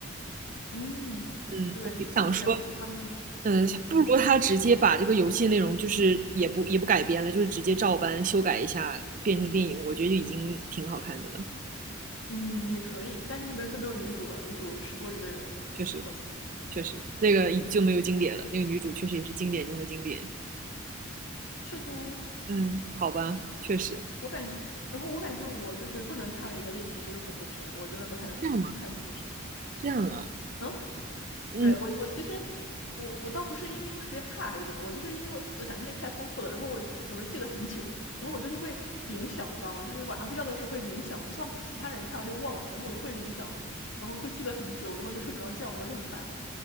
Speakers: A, on the left; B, on the right.
A: 嗯，
B: 嗯，
A: 对，
B: 我就想说，
A: 是这样子，他们那，个
B: 嗯，
A: 嗯。
B: 不如他直接把这个游戏内容就是也不也不改编了，就是直接照搬修改一下变成电影，我觉得就已经挺好看的了。
A: 嗯，也可以，但就是没有就没有女主了，女主是多余的人，
B: 确实，
A: 笑死。
B: 确实，那个已就没有经典了，那个女主确实也是经典中的经典。
A: 是都，
B: 嗯，好吧，确实
A: 我感觉，然后我感觉我就是不能看的一个类型就是恐怖片，我真的不太能看看恐怖片。
B: 这样吗？这样啊，
A: 嗯，
B: 嗯，
A: 对，我我其实我我倒不是因为特别怕还是怎么，我就是因为我的想象力太丰富了，然后我记总是记得很久，然后我就是会联想，你知道吗？就是晚上睡觉的时候会联想，不像其他人看完就忘了，然后我就会联想，然后会记得很久，然后就睡不着觉，然后就很烦。